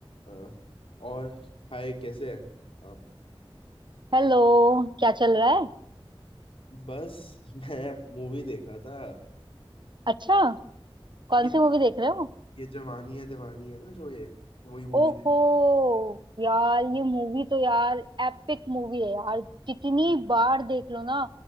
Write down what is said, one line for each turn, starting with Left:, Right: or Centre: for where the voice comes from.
Left: अ, और हाय कैसे हैं आप
Right: Hello क्या चल रहा है
Left: बस मैं मूवी देख रहा था
Right: <laughs> अच्छा कौन
Left: ये
Right: सी मूवी देख रहे हो
Left: ये जवानी है दीवानी है ना जो ये वही मूवी
Right: ओहो
Left: देख रहा था
Right: यार ये मूवी तो यार एपिक मूवी है यार जितनी बार देख लो ना